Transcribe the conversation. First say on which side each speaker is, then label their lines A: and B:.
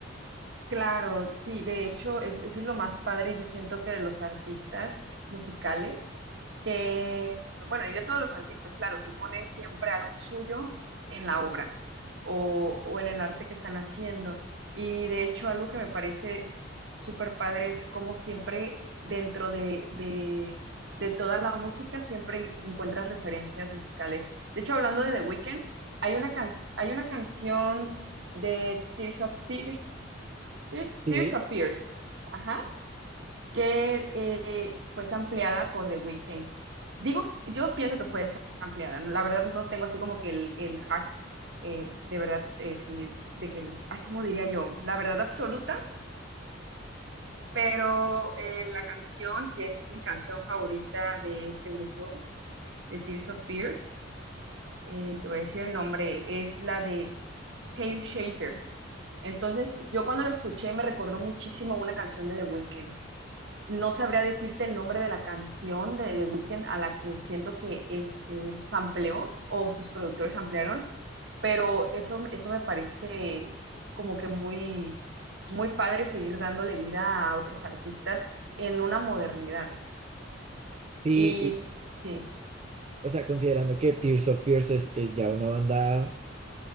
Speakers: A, on the right; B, on the right.
A: Claro, sí, de hecho, es, eso es lo más padre, yo siento que de los artistas musicales, que, bueno, y de todos los artistas, claro, que ponen siempre algo suyo en la obra o, o en el arte que están haciendo. Y de hecho, algo que me parece súper padre es como siempre dentro de, de, de toda la música, siempre encuentras referencias musicales. De hecho, hablando de The Weeknd, hay una, can- hay una canción de Tears of Tears Tears,
B: Sí,
A: Tears of Fears, ajá, que eh, pues ampliada por The Weeknd. Digo, yo pienso que fue ampliada, ¿no? la verdad no tengo así como que el, el hack, eh, de verdad, eh, sí, de que, el- ay, ¿cómo diría yo? La verdad absoluta, pero eh, la canción, que es mi canción favorita de este grupo, de Tears of Fears, eh, te voy a decir el nombre, es la de Pale Shader. Entonces, yo cuando la escuché me recordó muchísimo a una canción de The Weeknd. No sabría decirte el nombre de la canción de The Weeknd a la que siento que es eh, sampleó o sus productores ampliaron, pero eso, eso me parece como que muy, muy padre seguir dándole vida a otros artistas en una modernidad.
B: sí,
A: Y
B: y-
A: sí.
B: o sea, considerando que Tears of Fears es, es ya una banda